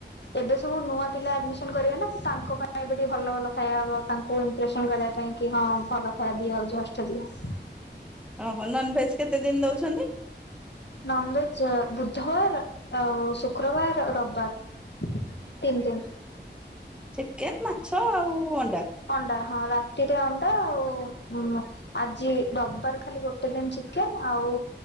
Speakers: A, on the left; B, in the centre.
A: ଏବେ ସବୁ ନୂଆ ପିଲା ଆଡମିସନ କରିବେ ନା ତାଙ୍କ ପାଇଁ ଏବେ ଟିକେ ଭଲ ଭଲ ଖାଇବା ହବ। ତାଙ୍କୁ ଇମ୍ପ୍ରେସନ କରିବା ପାଇଁ କି ହଁ ଭଲ ଖାଇବା ଦିଆଯାଉଛି ହଷ୍ଟେଲ ରେ।
B: ଓହୋ ନନଭେଜ କେତେ ଦିନ ଦଉଛନ୍ତି।
A: ନନଭେଜ ବୁଧବାର ଆଉ ଶୁକ୍ରବାର ରବିବାର। ତିନି ଦିନ
B: ଚିକେନ ମାଛ ଆଉ ଅଣ୍ଡା।
A: ଅଣ୍ଡା ହଁ ରାତିରେ ଅଣ୍ଡା ଆଉ ଆଜି ରବିବାର ଖାଲି ଗୋଟେ ଦିନ ଚିକେନ ଆଉ